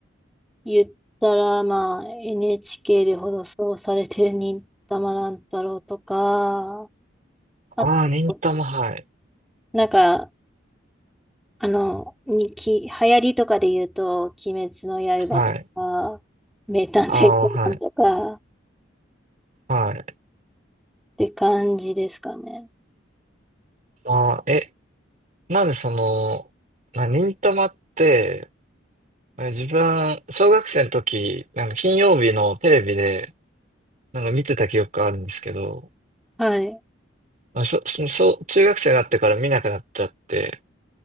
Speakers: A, in the centre; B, on the right.
A: 言ったら、まあ NHK で放送されてる忍たま乱太郎とか、あと、
B: ああ、忍たま、はい。
A: なんか、あの、にき、流行りとかで言うと、鬼滅の刃とか、
B: はい。
A: 名探偵コナンとか、
B: ああ、はい。はい。
A: って感じですかね。
B: ああ、え、なんでその、な、忍たまって、え自分、小学生の時、なんか金曜日のテレビで、なんか見てた記憶があるんですけど、
A: はい。
B: まあ、そ、そ、そう中学生になってから見なくなっちゃって、